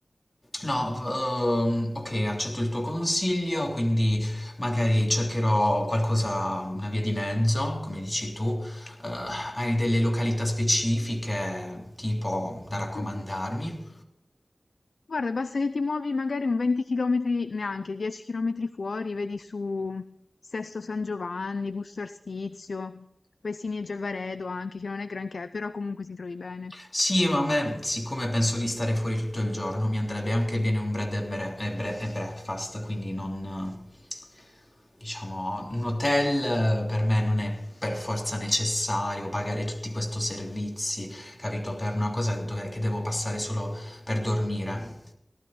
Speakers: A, on the left; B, on the left.
A: No, v- ehm, ok, accetto il tuo consiglio, quindi magari cercherò qualcosa, una via di mezzo, come dici tu. Eh, hai delle località specifiche, tipo, da raccomandarmi?
B: Mm, Guarda, basta che ti muovi magari un 20 km, neanche 10 km fuori, vedi su Sesto San Giovanni, Busto Arstizio, Pesini e Giavaredo anche, che non è granché, però comunque ti trovi bene.
A: Sì, ma a me, siccome penso di stare fuori tutto il giorno, mi andrebbe anche bene un bread and bre- e bre- e breakfast, quindi non, eh, diciamo, un hotel eh, per me non è per forza necessario pagare tutti questi servizi, capito? Per una cosa dove- che devo passare solo per dormire.